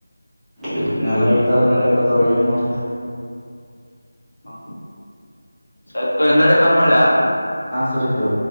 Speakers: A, in the centre; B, on the left (about 80°).
A: ಇ ಎಲ್ಲಾ ಈ ತರ ನಡಕತ್ತವ ಏನ್ ಮಾಡಕ್ತ
B: ಹಾ ಸತ್ ಹಿಂದೆಡೆ ಕಾಲ್ ಮಾಡಯ
A: ಚರಿತ್ರ